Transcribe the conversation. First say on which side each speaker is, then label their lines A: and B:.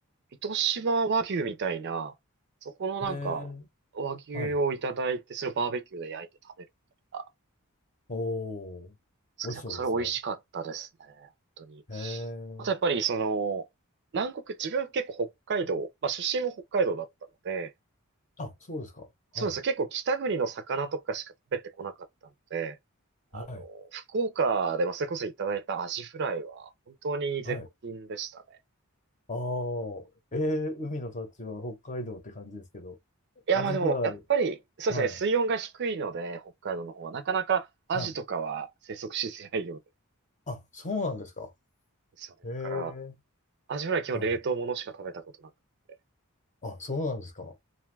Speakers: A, on the right; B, on the left.
A: 糸島和牛みたいな、そこのなんか、
B: えー
A: 和牛をいただいて、
B: はい。
A: それをバーベキューで焼いて食べるみたいな。
B: おー。美味しそうですね。
A: やっぱそれ美味しかったですね。本当に。
B: えー
A: あとやっぱりその、南国、自分結構北海道、まあ出身も北海道だったので、
B: あ、そうですか。
A: そうですね。
B: はい。
A: 結構北国の魚とかしか食べてこなかったので、あの、
B: はい。
A: 福岡でまあそれこそいただいたアジフライは本当に絶品でしたね。
B: はい。ああ。えー海の幸は北海道って感じですけど。
A: いや、
B: アジフライ。
A: まあでも、やっぱり、そうですね、
B: はい。
A: 水温が低いので、北海道の方は、なかなかアジとかは生息しづらいようで、
B: はい。あ、そうなんですか。
A: ですよね。
B: ええ、
A: だから、アジフライ基本冷凍ものしか食べたことなくて。
B: はい。あ、そうなんですか。